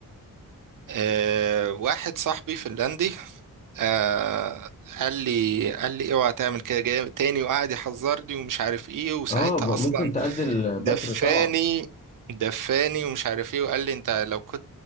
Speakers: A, on the right; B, on the left.
A: آه، واحد صاحبي فنلندي آه، قال لي قال لي اوعى تعمل كده جامد تاني وقعد يحذرني ومش عارف ايه وساعتها
B: اه ب- ممكن
A: اصلا
B: تأدي البتر
A: دفاني
B: صبعك
A: دفاني ومش عارف ايه وقال لي انت لو كنت